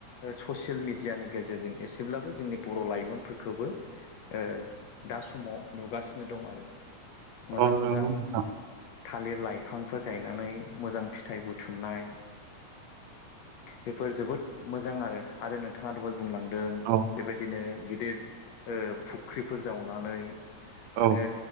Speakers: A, on the left; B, on the right.
A: ससियेल मिडियानि गेजेरजों एसेब्लाबो जोंनि बर' लाइमोनफोरखौबो ओ दा समाव नुगासिनो दं आरो। मोजां
B: औ
A: मोजां
B: नंगौ नोंथां।
A: थालिर लाइफांफोर गायनानै मोजां फिथाइ बुथुमनाय। बेफोर जोबोद मोजां आरो आरो नोंथाङा दहाय बुंलांदों
B: औ
A: बेबायदिनो गिदिर ओ फुख्रिफोर जावनानै
B: औ
A: ओ